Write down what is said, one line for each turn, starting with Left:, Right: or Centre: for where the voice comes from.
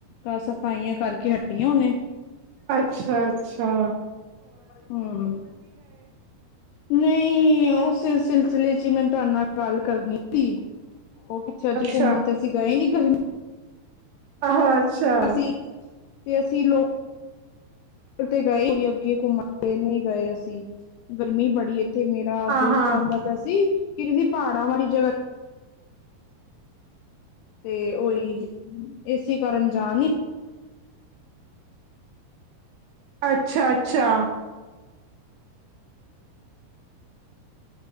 Left: ਘਰ ਸਫਾਈਆਂ ਕਰਕੇ ਹੱਟੀ ਆਂ ਹੁਨੇ।
Right: ਅੱਛਾ ਅੱਛਾ।
Left: ਹੂੰ। ਨਈ ੳਸੇ ਸਿਲਸਿਲੇ ਚ ਈ ਮੈਨੂੰ ਤੁਹਾਡੇ ਨਾਲ ਗੱਲ ਕਰਨੀ ਸੀ। ੳ ਕਿੱਥੇ ਅਜੇ
Right: ਅੱਛਾ,
Left: ਘੁੰਮਣ ਤੇ ਅਸੀ ਗਏ ਨੀ ਗਰਮੀ
Right: ਆਹੋ ਅੱਛਾ।
Left: ਅਸੀ ਤੇ ਅਸੀ ਲੋਕ ਤੇ ਗਏ ਕੋਨੀ ਅੱਗੇ ਘੁੰਮਣ, ਨਈ ਗਏ ਅਸੀ, ਗਰਮੀ ਬੜੀ ਏ ਤੇ ਮੇਰਾ
Right: ਹਾਂ-ਹਾਂ,
Left: ਦਿਲ ਚਾਹਦਾਂ ਪੇਆ ਸੀ ਕਿ ਕਿਸੀ ਪਹਾੜਾਂ ਵਾਲੀ ਜਗ੍ਹਾ ਤੇ ਤੇ ੳਹੀ ਏਸੀ ਕਾਰਨ ਜਾ ਨੀ
Right: ਅੱਛਾ ਅੱਛਾ।